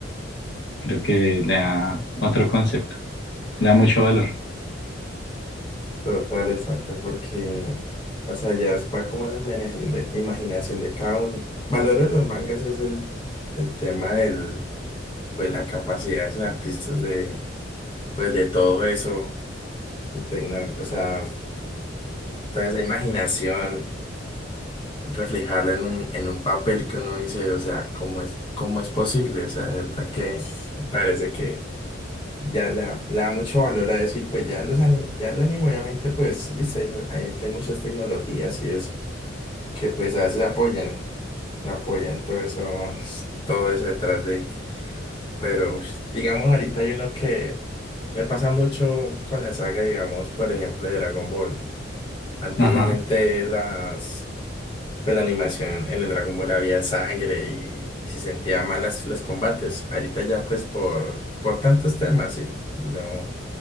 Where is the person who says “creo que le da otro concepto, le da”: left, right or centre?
Left